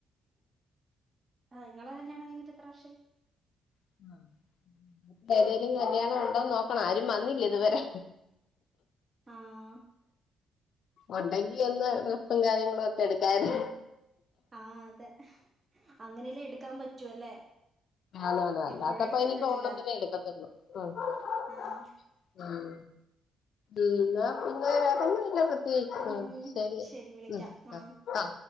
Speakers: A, on the right (about 30°); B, on the left (about 65°).
A: ആ നിങ്ങളെ കല്യാണം കഴിഞ്ഞിട്ട് എത്ര വർഷായി?
B: <inaudible> ഏതേലും കല്യാണം ഉണ്ടോന്ന് നോക്കണ, ആരും വന്നില്ലേ ഇതുവരെ?
A: ആഹ്
B: ഉണ്ടങ്കി ഒന്ന് ട്രസ്സും കാര്യങ്ങളും ഒക്കെ എടുക്കയി <inaudible>
A: ആ അതെ, അങ്ങനെല്ലെ എടുക്കാൻ പറ്റു അല്ലേ?
B: അതെ അതെ അല്ലാത്തപ്പ
A: എപ്പോഴും എടുക്കാൻ
B: ഇനിയിപ്പോണത്തിന്നെ
A: പറ്റൂലാലോ
B: എടുക്കത്തുള്ളു. ആഹ്‌,
A: ആഹ്
B: ഉം എന്നാ പിന്നെ വേറൊന്നും ഇല്ല പ്ര
A: ഉം
B: ശരി
A: വിളിക്കാം
B: ഉം
A: ആഹ്
B: അ ആ...